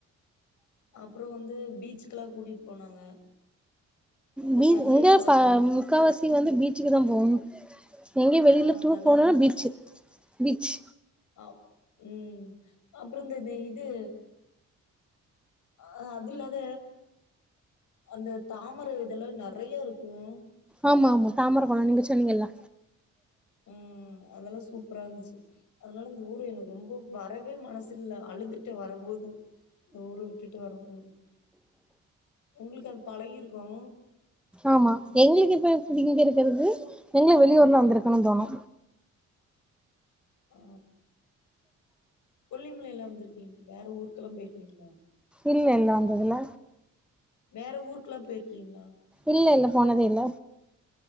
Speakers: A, on the left (about 75°); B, in the centre.
A: அப்புறம் வந்து பீச்சுக்கெல்லாம் கூட்டிட்டு போனாங்க அந்த
B: பீ
A: சன்லைட்
B: இங்க
A: பாத்தோ
B: பா முக்காவாசி வந்து பீச்சுக்கு தான் போணும் எங்க வெளியில
A: ஆ
B: டூர்
A: நல்லா
B: போனும்னா
A: இருந்துச்சு
B: பீச்சு பீச்
A: ஆ உம் அப்புறம் இந்த இது ஆ அது இல்லாத அந்த தாமரை இதெல்லாம் நெறைய இருக்கும்
B: ஆமா ஆமா தாமரக்கொளம் நீங்க சொன்னீங்கல்ல
A: உம் அதெல்லாம் சூப்பரா இருந்துச்சு அதனால இந்த ஊரு எனக்கு ரொம்ப வரவே மனசில்ல அழுதுட்டு வரும்போது இந்த ஊரு விட்டுட்டு வரம் போது உங்குளுக்கு அது பழகிருக்கும்
B: ஆமா எங்குளுக்கு இப்ப எப்பிடி இங்க இருக்கிறது எங்க வெளியூர்ல வந்திருக்கனு தோணு
A: ஆ கொல்லிமலைல வந்திருக்கீங்க வேற ஊருக்கெல்லாம் போயிருக்கீங்களா
B: இல்ல இல்ல வந்ததுல்ல
A: வேற ஊருக்குல்லாம் போயிருக்கீங்களா
B: இல்ல இல்ல போனதே இல்ல